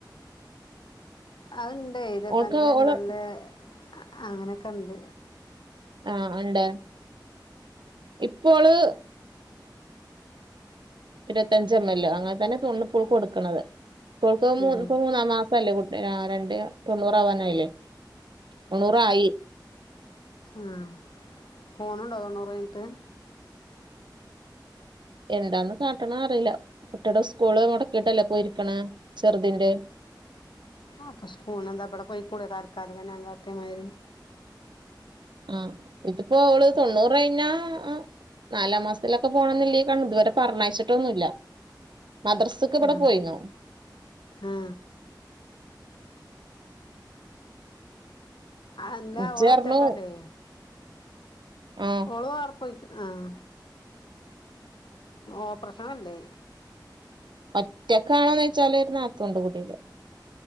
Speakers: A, on the left; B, on the right.
A: അയ് ണ്ടെയ് ഇരുപത്തഞ്ച്
B: ഓൾക്ക്
A: എം
B: ഓള്
A: എൽ എ അങ്ങനെയൊക്കെണ്ട്
B: ആഹ ണ്ട് ഇപ്പോള് ഇരുവത്തഞ്ച് എം മൽ അങ്ങനെ തന്നെ തോണ് ഇപ്പോള് കൊടുക്കണത് ഇപ്പോൾക്ക് മൂ
A: ഉം.
B: ഇപ്പ മൂന്ന മാസല്ലേ കു- രാ രണ്ട് തൊണ്ണൂറാ വാനായില്ലേ തൊണ്ണൂറായി
A: ഉം പോണുണ്ടോ തൊണ്ണൂറെയ്ഞ്ഞിട്
B: എന്താണ് കാട്ടണ് അറീല്ലാ കുട്ടിടെ സ്കൂള് മുടക്കിട്ടല്ലേ പോയി ഇരിക്കണ ചെറുതിന്റെ
A: അപ്പൊ സ്കൂൾനെന്താ വിടെ പോയി കൂടെ ഞാൻ കാട്ട്യ മാതി രി
B: ആഹ ഇതിപ്പോ ഓള് തൊണ്ണൂറ് കഴിഞ്ഞാ നാലാം മാസത്തിലൊക്കെ പോണന്നില്ലേ കണ ഇതുവരെ പറഞ്ഞാഴ്ച്ചിട്ടൊന്നുല്ല മദ്രസക്ക് ഇവിടെ
A: ആ
B: പോയിന്നോ
A: ആ അന്നാ
B: ഇജ്ജർഞ്ഞു
A: ഓളൊറ്റകല്ലേ
B: ആഹ്
A: ഓള് വേറെ പോയിക്ക് ആഹ ഓപ്രശനല്ലേ
B: ഒറ്റേക്കണോന്നോയ്ച്ചാല് ഒരു നാത്തൂണ്ട് കുട്ടിന്റെ